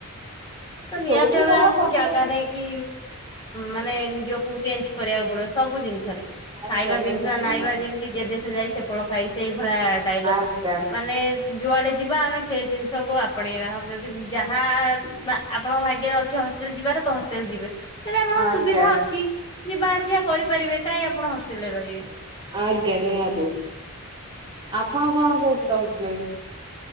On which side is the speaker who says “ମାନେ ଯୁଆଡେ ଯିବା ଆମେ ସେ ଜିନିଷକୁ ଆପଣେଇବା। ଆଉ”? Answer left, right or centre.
Left